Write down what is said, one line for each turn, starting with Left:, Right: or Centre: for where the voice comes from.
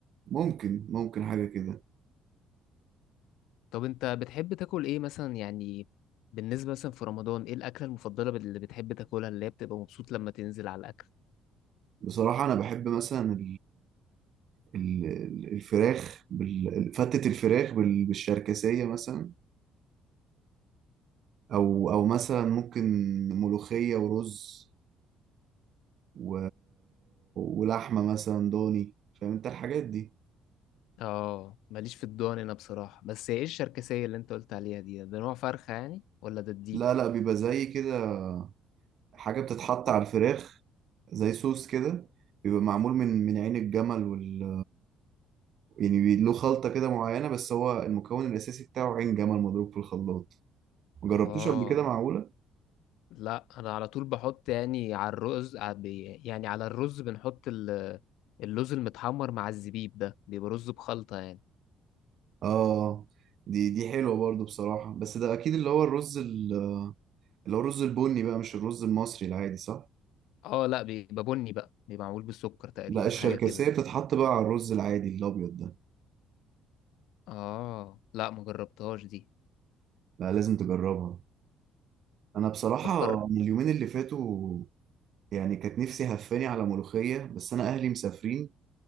Right: ممكن ممكن حاجه كده
Left: طب انت بتحب تاكل ايه مثلا يعني بالنسبة مثلا في رمضان ايه الأكلة المفضلة اللي بتحب تاكلها اللي هي بتبقى مبسوط لما تنزل على الأكل
Right: بصراحه انا بحب مثلا ال- ال- الفراخ بال- فتة الفراخ بال- بالشركسية مثلا أو أو مثلا ممكن ملوخية ورز و... ولحمة مثلا ضاني فاهم أنت الحاجات دي
Left: اه ماليش في الضان انا بصراحة بس ايه الشركسية اللي انت قلت عليها دي ده نوع فرخة يعني ولا ده الديك
Right: لا لا بيبقى زي كده حاجة بتتحط على الفراخ زي صوص كده بيبقى معمول من من عين الجمل وال... يعني بي- له خلطة كده معينة بس هو المكون الأساسي بتاعه عين جمل مضروب في الخلاط مجربتوش
Left: اه
Right: قبل كده معقولة؟
Left: لا انا على طول بحط يعني على الرز ع- بي- يعني على الرز بنحط ال- اللوز المتحمر مع الزبيب ده بيبقى رز بخلطة يعني
Right: اه دي دي حلوة برضو بصراحة بس ده أكيد اللي هو الرز ال- اللي هو الرز البني بقى مش الرز المصري العادي صح؟
Left: اه لا بيبقى بني بقى بيبقى معمول بالسكر تقريبا
Right: لا الشركسية
Left: حاجة كده
Right: بتتحط بقى على الرز العادي الأبيض ده
Left: اه لا ما جربتهاش دي
Right: لا لازم تجربها أنا بصراحة
Left: طب جر-
Right: من اليومين اللي فاتوا يعني كانت نفسي هفاني على ملوخية بس أنا أهلي مسافرين